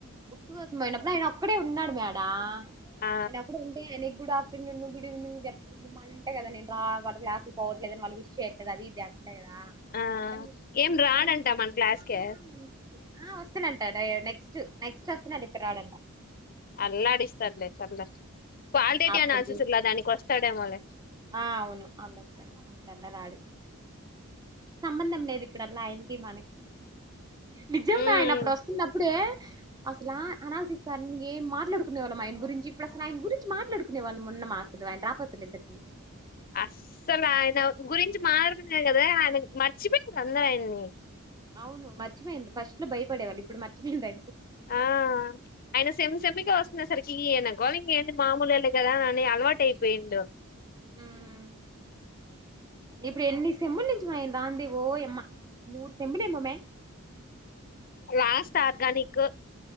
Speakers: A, on the right; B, on the left.
A: బుక్స్ కోసం పోయినప్పుడు ఆయన ఒక్కడే ఉన్నాడు మే ఆడ
B: ఆ
A: అయన అప్పుడే ఉంటే ఆయనకి కూడా <unintelligible> వాళ్ళ క్లాస్ కి పోవట్లేదు అని వాళ్ళు విష్ చేయట్లేదు అది ఇది అని అండే కదా
B: ఆ
A: అందుకని గుడ్ మానింగ్
B: ఏం రాడంట
A: సార్ అంటే
B: మన క్లాస్
A: <inaudible>
B: కే
A: ఆ వస్తుండంటా డై య నెక్స్ట్ నెక్ట్ అస్తుండంట ఇప్పుడు రాడంటా
B: అల్లాడిస్తాడులే త్వర్లా క్వాలిటేటివ్
A: అప్పుడు
B: అనాలసిస్
A: చూ
B: ఉల్లా దానికి వస్తాడేమో లే
A: ఆ అవును <inaudible> ఇప్పుడల్లా రాడు సంబంధం లేదు ఇప్పుడల్లా ఆయనకి మనకి నిజం
B: ఉమ్
A: మే ఆయన అప్పుడు వస్తున్నప్పుడే అసలా అనాలసిస్ సార్ ని ఏం మాట్లాడుకునే వాళ్ళం ఆయన గురించి ఇప్పుడసలు ఆయన గురించి మాట్లాడుకునే వాళ్ళం ఉన్నమా అసలు ఆయన రాపోతుండేసరికి
B: అస్సలు ఆయన గురించి మాడాడుకునేది కదా ఆయన మర్చిపోయారు అందరూ ఆయన్ని
A: అవును మర్చిపోయిండ్రు ఫస్ట్ లో భయపడేవాళ్ళు ఇప్పుడు మర్చిపోయిండ్రా
B: ఆ అయన సెమ్ సెమి కి వస్తున్నే సరికి ఈయన గోల ఇంగేంది మామూలే లే కదా అని అలవాటు అయిపోయిండు
A: హుమ్ ఇప్పుడు ఎన్ని సెమ్ముల్ నుంచి మే దాంది ఓయమ్మా మూడు సెమ్ముల్ ఏమో మే
B: లాస్ట్ ఆర్గనిక్